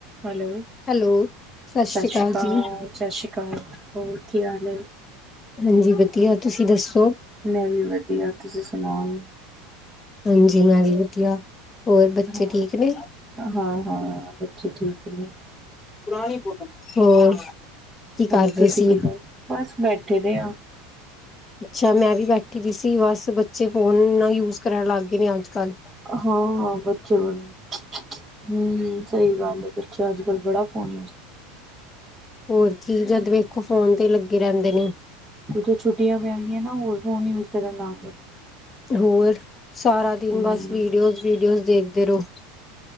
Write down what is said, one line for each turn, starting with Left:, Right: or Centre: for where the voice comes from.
Right: Hello
Left: hello, ਸ੍ਰੀ
Right: ਸਤਿ ਸ਼੍ਰੀ ਅਕਾਲ
Left: ਜੀ,
Right: ਸਤਿ ਸ਼੍ਰੀ ਅਕਾਲ ਹੋਰ। ਕੀ ਹਾਲ ਹੈ?
Left: ਹਾਂਜੀ ਵਧੀਆ ਤੁਸੀਂ ਦੱਸੋ?
Right: ਮੈਂ ਵੀ ਵਧੀਆ ਤੁਸੀਂ ਸੁਣਾਓ?
Left: ਹਾਂਜੀ ਮੈਂ ਵੀ ਵਧੀਆ। ਹੋਰ ਬੱਚੇ
Right: ਹਾਂ
Left: ਠੀਕ
Right: ਜੀ
Left: ਨੇ?
Right: ਹਾਂ ਹਾਂ। ਅੱਛਾ ਠੀਕ ਨੇ।
Left: ਬੁਰਾ ਨਹੀਂ ਬੋਲਣਾ ਹੋ। ਕੀ
Right: ਹੋਰ
Left: ਕਰਦੇ
Right: ਤੁਸੀਂ
Left: ਸੀ
Right: ਕੀ ਕਰ ਬਸ ਬੈਠੇ ਦੇ ਆ।
Left: ਅੱਛਾ ਮੈਂ ਵੀ ਬੈਠੀ ਦੀ ਸੀ ਬਸ। ਬੇ ਫ਼ੋਨ ਨਾਲ ਯੂਜ ਕਰਨ ਲੱਗ ਗਏ ਨੇ ਅੱਜ, ਕੱਲ੍ਹ
Right: ਹਾਂ, ਹਾਂ ਬੱਚੇ ਵੱਲੋਂ ਹਮ ਸਹੀ ਗੱਲ ਹੈ ਬੱਚੇ ਅੱਜ, ਕੱਲ ਬੜੱਖ। ਫੋਨ
Left: ਹੋਰ ਕੀ ਜਦ ਵੇਖੋ ਫੋਨ ਤੇ ਲੱਗੇ ਰਹਿੰਦੇ ਨੇ,
Right: ਜੋ ਛੁੱਟੀਆਂ ਪੈ ਗਈਆਂ ਨਾ ਹੋਰ ਨਹੀਂ ਉਸ ਕਿ ਲਦੇ ਨੇ
Left: ਹੋਰ ਸਾਰਾ ਦਿਨ
Right: ਹੂੰ,
Left: ਬਸ ਵੀਡੀਓਜ਼, ਵੀਡੀਓਜ਼ ਦੇਖਦੇ ਰਹੋ।